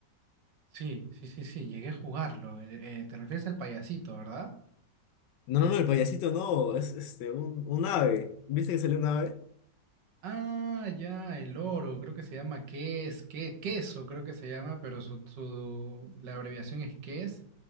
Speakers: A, on the right; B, on the left.
A: Sí, sí, sí, sí, llegué a jugarlo. Eh, eh, te refieres al payasito, ¿verdad?
B: No, no, no, el payasito no, es este, un, un ave. ¿Viste que salió un ave?
A: Ah, ya, el oro, creo que se llama ques, que, queso, creo que se llama, pero su, su- la abreviación es ques.